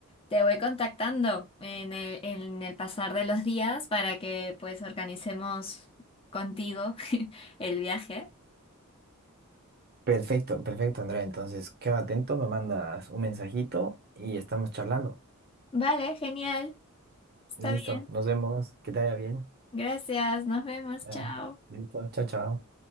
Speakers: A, on the left; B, on the right.
A: te voy contactando en el, en el pasar de los días para que pues organicemos contigo <laughs> el viaje.
B: Perfecto, perfecto, Andrea. Entonces, queda atento, me mandas un mensajito y estamos charlando.
A: Vale, genial, está
B: Listo,
A: bien.
B: nos vemos, que te vaya bien.
A: Gracias, nos vemos,
B: Ya,
A: chao.
B: listo, chao, chao.